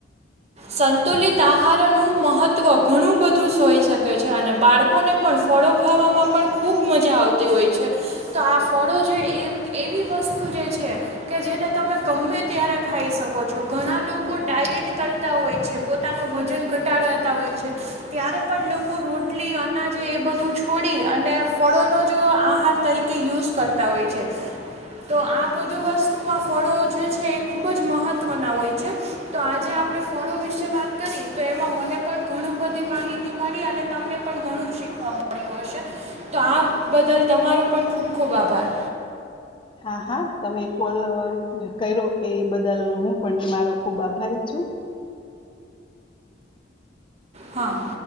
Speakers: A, on the right; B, on the left.
A: સંતુલિત આહારનું મહત્વ ઘણું બધું સ હોઈ શકે છે અને બાળકોને પણ ફળો ખાવામાં પણ ખૂબ મજા આવતી હોય છે તો આ ફળો જે એવી વસ્તુ જે છે છે કે જેને તમે ગમે ત્યારે ખાઈ શકો છો ઘણા લોકો ડાયટ કરતા હોય છે પોતાનું વજન ઘટાડાતા હોય છે ત્યારે પણ લોકો રોટલી અનાજે એ બધું છોડી અને ફળોનો જો આહાર તરીકે યુઝ કરતા હોય છે તો આ આ બધું વસ્તુમાં ફળો જે છે એ ખૂબ જ મહત્ત્વના હોય છે તો આજે આપણે ફળો વિશે વાત કરી તો એમાં મને પણ ઘણું બધી માહિતી મળી અને તમને પણ ઘણું શીખવા મળ્યું હશે તો આ બદલ તમારો પણ ખૂબ ખૂબ આભાર
B: હા હા તમે કોલ કર્યો એ બદલ હું પણ તમારો ખુબ આભારી છું
A: હા